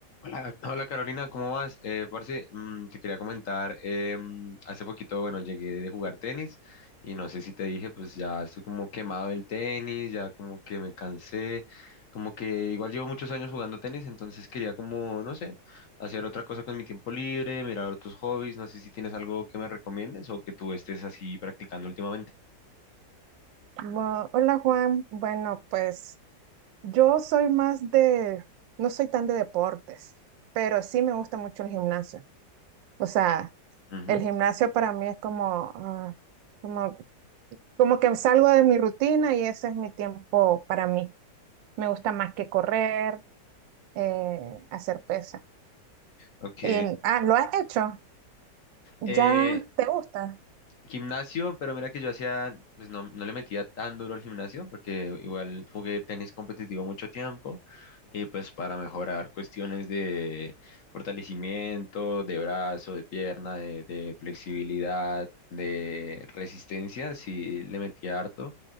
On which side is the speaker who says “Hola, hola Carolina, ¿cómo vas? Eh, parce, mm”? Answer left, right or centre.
Left